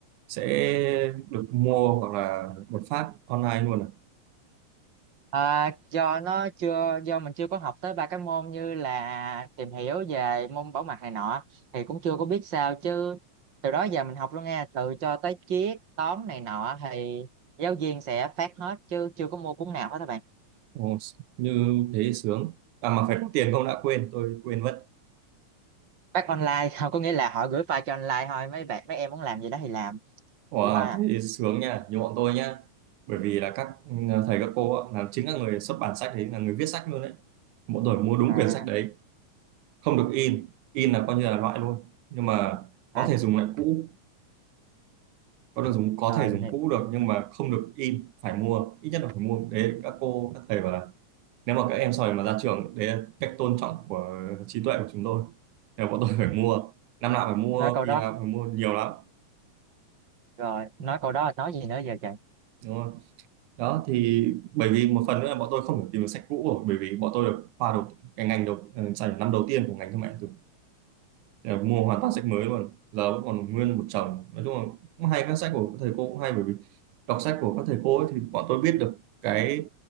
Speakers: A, on the right; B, on the right.
A: sẽ được mua hoặc là một phát online luôn à?
B: À, do nó chưa do mình chưa có học tới ba cái môn như là tìm hiểu về môn bảo mật này nọ thì cũng chưa có biết sao chứ từ đó giờ mình học luôn nghe từ cho tới triết toán này nọ thì giáo viên sẽ phát hết chứ chưa có mua cuốn nào hết các bạn
A: Ồ, như thế thì sướng. À mà phải có tiền không đã quên, tôi quên mất.
B: phát online <laughs> không có nghĩa là họ gửi file cho online thôi mấy bạn mấy em muốn làm gì đó thì làm
A: Wow,
B: vậy thôi à
A: thế thì sướng nha, như bọn tôi nhá. Bởi vì là các ờ, thầy các cô ạ, là chính các người xuất bản sách đấy, là người viết sách luôn đấy. Bọn tôi mua đúng
B: à,
A: quyển sách đấy, không được in, in là coi như là loại luôn. Nhưng mà có
B: à
A: thể dùng lại cũ có được dùng có
B: rồi
A: thể dùng
B: mình hiểu.
A: cũ được nhưng mà không được in phải mua ít nhất là phải mua đấy các cô các thầy bảo là nếu mà các em sau này mà ra trường đấy là cách tôn trọng của trí tuệ của chúng tôi Nên bọn tôi phải mua năm nào phải mua
B: nói câu
A: kỳ
B: đó
A: nào phải mua nhiều lắm
B: rồi nói câu đó là nói gì nữa giờ trời
A: đúng không đó thì bởi vì một phần nữa là bọn tôi không thể tìm được sách cũ rồi bởi vì bọn tôi được khoa đầu cái ngành đầu ờ, dành năm đầu tiên của ngành thương mại điện tử Ờ, mua hoàn toàn sách mới luôn giờ vẫn còn nguyên một chồng nói chung là cũng hay các sách của các thầy cô cũng hay bởi vì đọc sách của các thầy cô ấy thì bọn tôi biết được cái